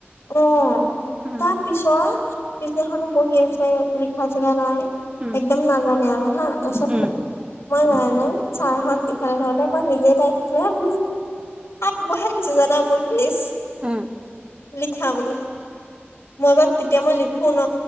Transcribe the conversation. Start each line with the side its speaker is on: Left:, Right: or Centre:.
Left: অ
Right: উম
Left: তাৰ পিছত পিছদিনাখনো বহি আছে লিখা চিখা নাই।
Right: উম
Left: একদম নাজানে আৰু হা পচাক
Right: উম
Left: মই জানানে চাৰখন ইফালে থওঁতে মই নিজে টাইছিলে বহুত। আগবঢ়াই দিছো জানা মোৰ পিচ।
Right: উম,
Left: লিখা বুলি মই আগত তেতিয়া মই লিখো ন